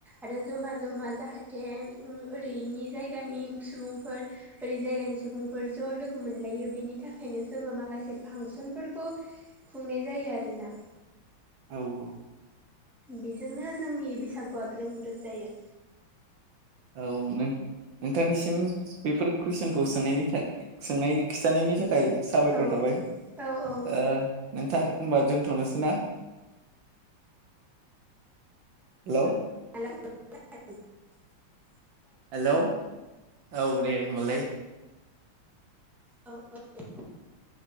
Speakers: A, in the centre; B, on the right (about 65°).
A: आरो जमा जमा जाहाथे उ ओरैनि जायगानि सुबुंफोर बोरै जायगानि सुबुंफोर ज' लोगो मोनलायो बेनि थाखायनो जोङो माखासे फांसनफोरखौ खुंनाय जायो आरोना
B: औ औ
A: बेजोंनो जोंनि बैसागुआ ग्रोम ग्रोम जायो।
B: औ नों नोंथांनिसिम बेफोर कुइसनखौ सोंनायनिफ्राय सोंनायनि खिथानायनि थाखा खाय साबायखर
A: औ
B: थाबाय
A: औ औ
B: ओ नोंथां होनबा दोनथ'नोसै ना? हेल'
A: <unintelligible>
B: हेलौ औ दे होमबालाय।
A: औ औ <unintelligible>